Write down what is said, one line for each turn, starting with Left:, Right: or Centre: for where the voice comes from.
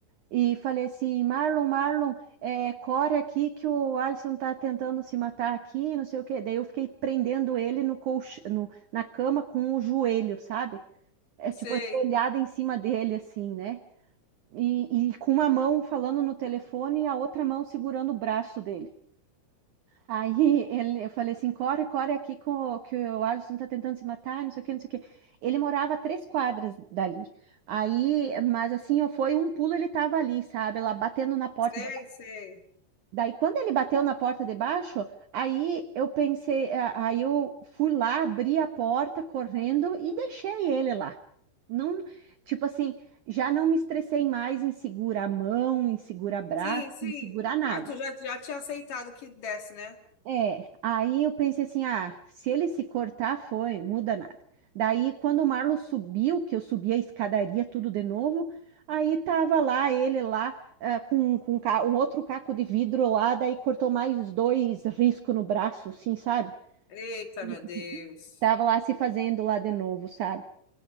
Right: e falei assim: Marlon, Marlon, é, corre aqui que o Alisson tá tentando se matar aqui, não sei o quê. Daí eu fiquei prendendo ele no colch... no- na cama com o joelho, sabe? É
Left: Sei,
Right: tipo, ajoelhada em cima dele, assim, né? E, e com uma mão falando no telefone e a outra mão segurando o braço dele. Aí ele, eu falei assim, corre, corre aqui com, o- que o Alisson tá tentando se matar, não sei o que, não sei o que. Ele morava a três quadras dali. Aí, mas assim, ó, foi um pulo, ele tava ali, sabe? Lá batendo na porta.
Left: sei,
Right: De...
Left: sei.
Right: Daí, quando ele bateu na porta de baixo, aí eu pensei, a- aí eu fui lá, abri a porta correndo e deixei ele lá. Não, tipo assim, já não me estressei mais em segurar a mão, em segurar braço,
Left: Sim, sim.
Right: em segurar nada.
Left: Mas tu já, já tinha aceitado que desse, né?
Right: É, aí eu pensei assim, ah, se ele se cortar, foi, muda nada. Daí, quando o Marlon subiu, que eu subi a escadaria tudo de novo, aí tava lá ele lá ah, com, com um ca- um outro caco de vidro lá, daí cortou mais dois riscos no braço, assim, sabe?
Left: Eita,
Right: <laughs>
Left: meu Deus.
Right: Tava lá se fazendo lá de novo, sabe?